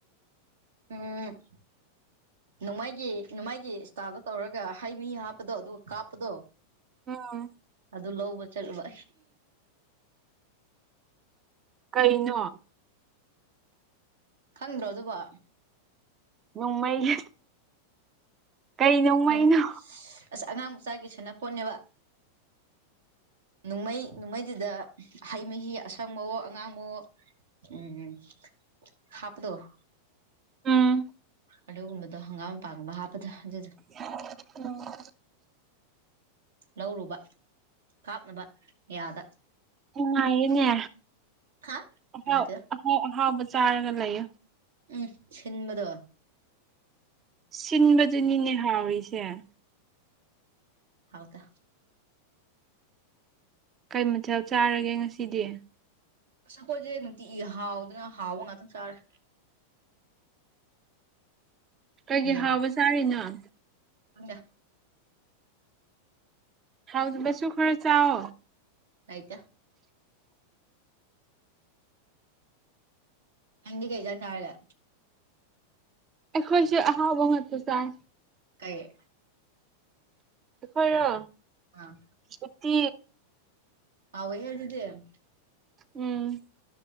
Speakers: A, on the right; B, on the right.
A: ꯎꯝ ꯅꯣꯡꯃꯩꯒꯤ ꯅꯣꯡꯃꯩꯒꯤ ꯏꯁꯇꯥꯞꯇ ꯇꯧꯔꯒ ꯍꯩ ꯃꯤ ꯍꯥꯞꯄꯗꯣ ꯑꯗꯨꯒ ꯀꯥꯞꯄꯗꯣ
B: ꯎꯝ
A: ꯑꯗꯨ ꯂꯧꯕ ꯆꯠꯂꯨꯕ
B: ꯀꯩꯅꯣ
A: ꯈꯪꯗ꯭ꯔꯣ ꯑꯗꯨꯕꯣ
B: ꯅꯣꯡꯃꯩ ꯀꯩ ꯅꯣꯡꯃꯩꯅꯣ
A: ꯅꯨꯡ ꯑꯁ ꯑꯉꯥꯡ ꯃꯆꯥꯒꯤ ꯁꯅꯥꯄꯣꯠꯅꯦꯕ ꯅꯣꯡꯃꯩ ꯅꯣꯡꯃꯩꯗꯨꯗ ꯍꯩ ꯃꯍꯤ ꯑꯁꯪꯕꯋꯣ ꯑꯉꯥꯡꯕꯋꯣ ꯎꯝ ꯍꯥꯞꯄꯗꯣ
B: ꯎꯝ
A: ꯑꯗꯨꯒꯨꯝꯕꯗꯣ ꯍꯪꯒꯥꯝ ꯃꯄꯥꯡꯒꯨꯝꯕ ꯍꯥꯞꯄꯗꯣ ꯑꯗꯨꯗꯣ
B: ꯎꯝ <inaudible>
A: ꯂꯧꯔꯨꯕ ꯀꯥꯞꯅꯕ ꯌꯥꯗ
B: ꯅꯨꯡꯉꯥꯏꯌꯦꯅꯦ
A: ꯍꯥ
B: ꯑꯍꯥꯎ
A: ꯅꯨꯡꯉꯥꯏꯇꯦ
B: ꯑꯍꯥꯎ ꯑꯍꯥꯎꯕ ꯆꯥꯔꯒ ꯂꯩꯌꯣ
A: ꯎꯝ ꯁꯤꯟꯕꯗꯣ
B: ꯁꯤꯟꯕꯗꯨꯅꯤꯅꯦ ꯍꯥꯎꯔꯤꯁꯦ
A: ꯍꯥꯎꯇꯦ
B: ꯀꯩ ꯃꯊꯦꯜ ꯆꯥꯔꯒꯦ ꯉꯁꯤꯗꯤ
A: ꯑꯁ ꯑꯩꯈꯣꯏꯁꯦ ꯅꯨꯡꯇꯤ ꯍꯥꯎꯗꯅ ꯍꯥꯎꯕ ꯉꯥꯛꯇꯪ ꯆꯥꯔꯦ
B: ꯀꯩꯒꯤ
A: ꯌꯦꯟ
B: ꯍꯥꯎꯕ ꯆꯥꯔꯤꯅꯣ
A: ꯈꯪꯗꯦ
B: ꯍꯥꯎꯗꯕꯁꯨ ꯈꯔ ꯆꯥꯎ
A: ꯂꯩꯇꯦ ꯅꯪꯗꯤ ꯀꯩꯖꯥꯡ ꯆꯥꯔꯒꯦ
B: ꯑꯩꯈꯣꯏꯁꯨ ꯑꯍꯥꯎꯕ ꯉꯠꯇ ꯆꯥꯏ
A: ꯀꯩ
B: ꯑꯩꯈꯣꯏꯔꯣ
A: ꯑꯥ
B: ꯎꯠꯇꯤ
A: ꯍꯥꯎꯋꯦꯍꯦ ꯗꯨꯗꯤ
B: ꯎꯝ